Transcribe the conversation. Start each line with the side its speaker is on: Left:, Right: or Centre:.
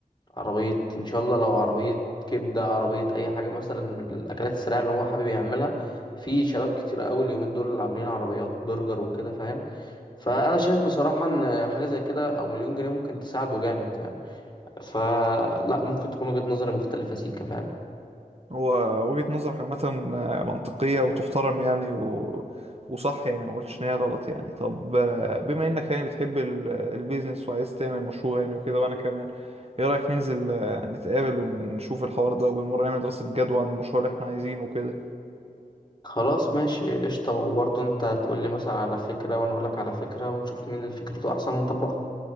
Left: عربية إن شاء الله لو عربية كبدة عربية أي حاجة مثلا من الأكلات السريعة اللي هو حابب يعملها في شباب كتير أوي اليومين دول اللي عاملين عربيات برجر وكده فاهم فأنا شايف بصراحة إن حاجة زي كده أو مليون جنيه ممكن تساعده جامد فاهم فلا ممكن تكون وجهة نظري مختلفة سيكا فاهم
Right: هو وجهة نظرك عامة منطقية وتحترم يعني و... وصح يعني ما قلتش ان هي غلط يعني طب آه، بما انك يعني بتحب ال- البيزنس وعايز تعمل مشروع يعني وكده وانا كمان ايه رأيك ننزل آه، نتقابل ونشوف الحوار ده وبالمرة نعمل دراسة جدوى عن المشروع اللي احنا عايزينه وكده
Left: خلاص ماشي قشطة وبرضه أنت تقولي مثلا على فكرة وأنا أقولك على فكرة ونشوف مين اللي فكرته أحسن ونطبقها